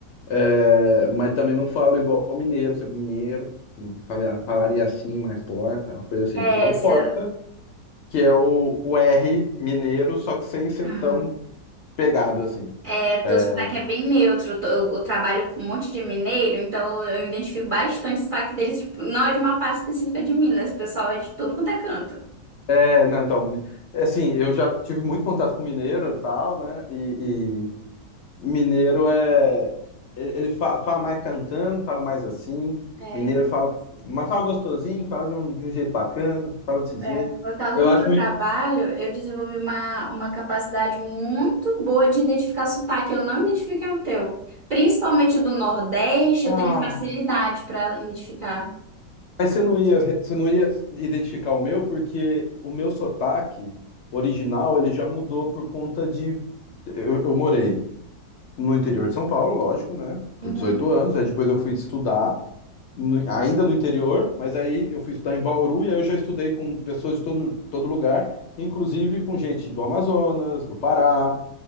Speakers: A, on the left; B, on the right.
A: É, mas também não falo igual mineiro, que é mineiro. falar- Falaria assim, mais porta, uma coisa assim.
B: É,
A: Eu falo
B: se-
A: porta que é o, o R mineiro, só que sem ser
B: Uhum.
A: tão pegado assim.
B: é, teu
A: É,
B: sotaque é bem neutro. Eu, tô- eu trabalho com um monte de mineiro, então eu identifico bastante o sotaque deles. tipo, não é de uma parte específica de Minas, o pessoal é de todo quanto é canto.
A: é, não, então, mi- assim, eu já tive muito contato com mineiro e tal, né? E, e mineiro é. Ele ele fa- fala, mais cantando, fala mais assim.
B: É,
A: Mineiro fala. Mas fala gostosinho, fala de um, de um jeito bacana, fala desse jeito.
B: é. Por causa
A: Eu acho
B: do meu
A: muito.
B: trabalho, eu desenvolvi uma, uma capacidade muito boa de identificar sotaque. Eu não identifiquei o teu. Principalmente do Nordeste,
A: Ah,
B: eu tenho facilidade para identificar.
A: mas você não ia, re- você não ia identificar o meu, porque o meu sotaque original ele já mudou por conta de. Eu, eu morei no interior de São Paulo, lógico, né? Por
B: Uhum.
A: 18 anos. Aí depois eu fui estudar, no- ainda no interior, mas aí eu fui estudar em Bauru e aí eu já estudei com pessoas de todo, todo lugar, inclusive com gente do Amazonas, do Pará.